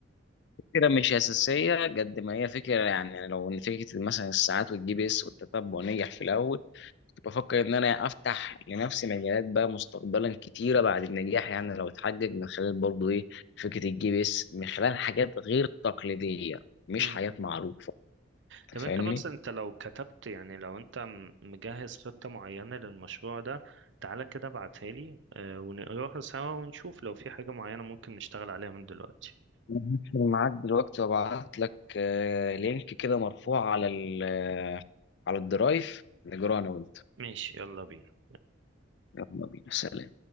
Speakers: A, on the left (about 60°); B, on the right (about 70°).
A: فكرة مش أساسية قد ما هي فكرة يعني لو إن فكرة مثلا الساعات والجي بي إس والتتبع نجح في الأول كنت بفكر إن أنا أفتح لنفسي مجالات بقى مستقبلا كتيرة بعد النجاح يعني لو اتحقق من خلال برضه إيه فكرة الجي بي إس من خلال حاجات غير تقليدية مش
B: مم.
A: حاجات معروفة
B: طب
A: أنت فاهمني؟
B: انت بص انت لو كتبت يعني لو انت م- مجهز خطة معينة للمشروع ده تعالى كده ابعتها لي آه، ونقراها سوا ونشوف لو في حاجة معينة ممكن نشتغل عليها من دلوقتي
A: هقفل معاك دلوقتي وابعت لك آه، لينك كده مرفوع على ال- آه، على الدرايف نجراه أنا وأنت
B: ماشي يلا بينا
A: يلا بينا سلام